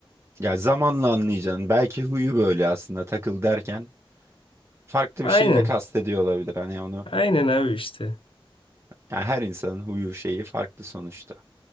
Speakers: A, on the right; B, on the left.
A: Ya zamanla anlayacaksın. Belki huyu böyle aslında takıl derken farklı
B: Aynen.
A: bir şey de kastediyor olabilir. Hani onu
B: Aynen abi işte.
A: yani her insanın huyu şeyi farklı sonuçta.